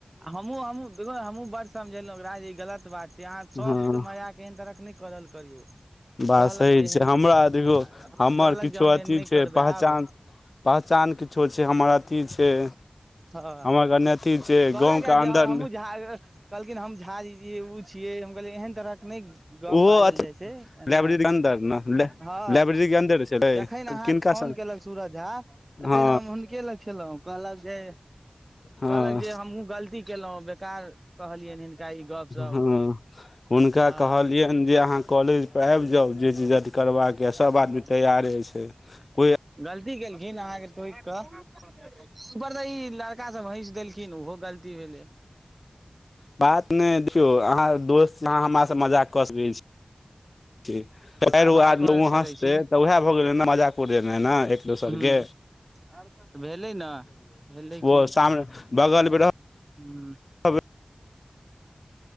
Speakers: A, on the right; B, on the left.
A: हमहुँ हमहुँ देख ने हमहूँ बड़ समझेलहुँंकरा ई गलत बात छै अहाँ सबके
B: हँ
A: मजाक एहन तरहक नै करल करियौ ओ
B: बात
A: कहलक
B: सही
A: जे एहन
B: छै हमरा देखियो
A: कहलक
B: हमर किछो
A: जे हम एहन
B: अथी
A: नहि
B: छै
A: करबै
B: पहचान
A: आब
B: पहचान किछो छै हमर अथी छै
A: हँ
B: हमर कने अथी छै
A: कहल
B: गाँव
A: क
B: के अन्दर
A: जे हमहु झा कहलखिन हम झा ओ छियै हम कहलै एहन तरह के नहि गप
B: ओहो
A: बाजल
B: अथी
A: जाइ छै एना
B: लाइब्रेरी के अन्दर ने
A: हँ
B: लाइब्रेरी के अन्दर छलै
A: जखैन अहाँके
B: किनका
A: फोन
B: स
A: केलक सूरज झा तखन
B: हँ
A: हम हुनके लग छलहुं कहलक जे
B: हँ
A: कहलक जे हमहूँ गलती केलहुँ बेकार कहलियनि हिनका ई गपशप
B: हँ हुनका
A: हँ
B: कहलियनि जे अहाँ कॉलेज पर आब जाउ जे चीज आहाँक अथि करबाक यऽ सब
A: हँ
B: आदमी तैयारे छै कोइ
A: गलती केलखिन अहाँके टोोकि कऽ ऊपर स ई लड़का सब हैस देलखिन ओहो गलती भेलै
B: बात नहि देखियौ अहाँ दोस्त अहाँ हमरा से मजाक कऽ सकै छी चारि गो
A: ह ह
B: आदमी
A: कर
B: ओ
A: सकै
B: हँसते
A: छी
B: तऽ उएह भऽ गेलै ने मजाक उड़ेनाइ ने एक दोसर
A: हू
B: के
A: तऽ भेलै ने भेलै
B: ओ
A: की
B: सामने बगल मे
A: हू
B: रह